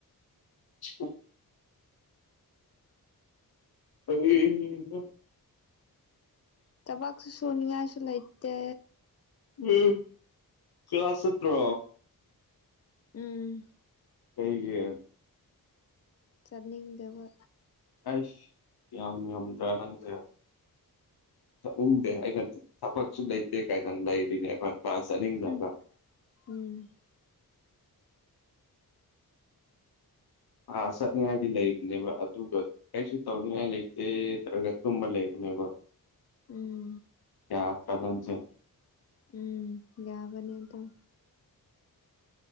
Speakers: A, on the left (about 85°); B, on the left (about 40°).
A: <unintelligible> ꯑꯩ <inaudible>
B: ꯊꯥꯕꯥꯥꯛꯁꯨ ꯁꯣꯅꯤꯌꯥꯁꯨ ꯂꯩꯇꯦ
A: ꯌꯦ ꯀ꯭ꯂꯥꯁ ꯆꯠꯇ꯭ꯔꯣ꯫
B: ꯎꯝ
A: ꯀꯩꯒꯤ꯫
B: ꯆꯠꯅꯤꯡꯗꯕ
A: ꯑꯩꯁ ꯌꯥꯝ ꯌꯝꯗ꯭ꯔꯥ ꯅꯪꯖꯦ꯫ ꯆꯠꯅꯤꯡꯗꯦ ꯑꯩꯅ ꯊꯕꯛꯁꯨ ꯂꯩꯇꯦ ꯀꯥꯏꯅ ꯂꯩꯔꯤꯅꯦꯕ ꯀꯥꯔꯥꯁ ꯆꯠꯅꯤꯡꯗꯕꯥ
B: ꯎꯝ ꯎꯝ꯫
A: ꯑꯥ ꯆꯠꯅꯤꯉꯥꯏꯗꯤ ꯂꯩꯕꯅꯦꯕ ꯑꯗꯨꯒ꯫ ꯀꯩꯁꯨ ꯇꯧꯅꯤꯡꯉꯥꯏ ꯂꯩꯇꯦ ꯇꯧꯔꯒ ꯇꯨꯝꯃ ꯂꯩꯕꯅꯦꯕ꯫
B: ꯎꯝ꯫
A: <inaudible>
B: ꯎꯝ ꯌꯥꯕꯅꯦ ꯗꯨꯝ꯫